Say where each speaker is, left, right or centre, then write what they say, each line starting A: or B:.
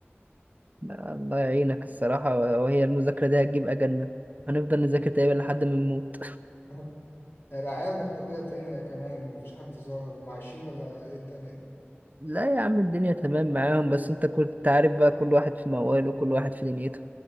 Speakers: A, on the right; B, on the left.
A: لا، الله يعينك الصراحة وهي المذاكرة دي هتجيب أجلنا هنفضل نذاكر تقريبا لحد ما نموت
B: <laughs> هي العيال مختفية فين هي كمان مفيش حد ظاهر هم عايشين ولا إيه الدنيا
A: <laughs> لا يا عم الدنيا تمام معاهم بس انت كنت عارف بقى كل واحد في مواله كل واحد في دنيته